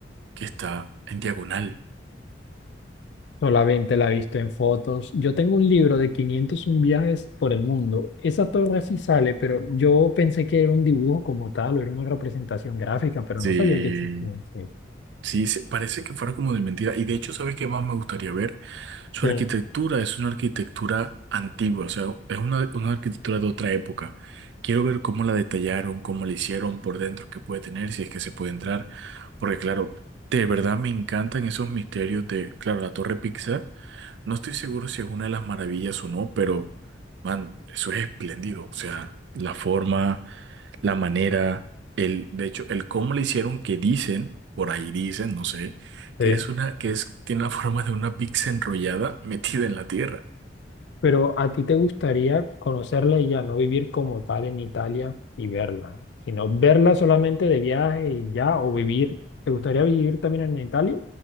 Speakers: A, on the right; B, on the left.
A: que está en diagonal.
B: solamente la he visto en fotos. Yo tengo un libro de 501 viajes por el mundo. Esa torre sí sale, pero yo pensé que era un dibujo como tal o era una representación gráfica, pero
A: Sí.
B: no sabía que existía. Sí.
A: Sí, se- parece que fuera como de mentira. Y de hecho, ¿sabes qué más me gustaría ver? Su
B: Sí.
A: arquitectura es una arquitectura antigua, o sea, es una, una arquitectura de otra época. Quiero ver cómo la detallaron, cómo la hicieron por dentro, qué puede tener, si es que se puede entrar. Porque claro, de verdad me encantan esos misterios de, claro, la Torre Pizza. No estoy seguro si es una de las maravillas o no, pero, man, eso es espléndido. O sea, la forma, la manera, el, de hecho, el cómo le hicieron que dicen, por ahí dicen, no sé, que
B: Sí.
A: es una, que es, tiene la forma de una pizza enrollada metida en la tierra.
B: Pero a ti te gustaría conocerla y ya no vivir como tal en Italia y verla, sino verla solamente de viaje y ya, o vivir. ¿Te gustaría vivir también en Italia?